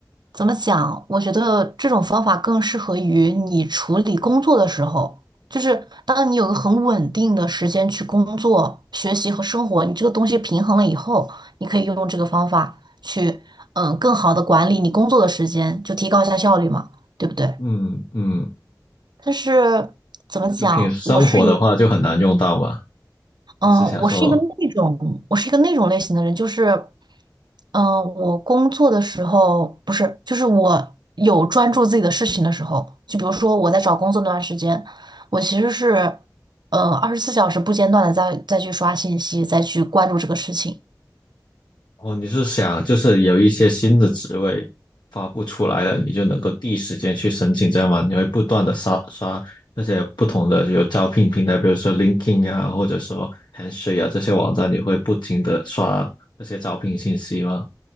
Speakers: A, on the right; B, on the left.
A: 怎么讲？我觉得这种方法更适合于你处理工作的时候，就是当你有个很稳定的时间去工作、学习和生活，你这个东西平衡了以后，你可以用这个方法去，嗯，更好的管理你工作的时间，就提高一下效率嘛，对不对？
B: 嗯嗯，
A: 但是怎么讲？
B: 就平时生活的话就很难用到嘛。
A: 我是一。嗯，
B: 你是想说
A: 我是一个那种，我是一个那种类型的人，就是，嗯，我工作的时候不是，就是我有专注自己的事情的时候，就比如说我在找工作那段时间，我其实是，呃，二十四小时不间断的在再去刷信息，再去关注这个事情，
B: 哦，你是想就是有一些新的职位发布出来了，你就能够第一时间去申请，这样吗？你会不断的刷刷那些不同的有招聘平台，比如说 LinkedIn 啊，或者说 Handshake 啊这些网站，你会不停的刷这些招聘信息吗？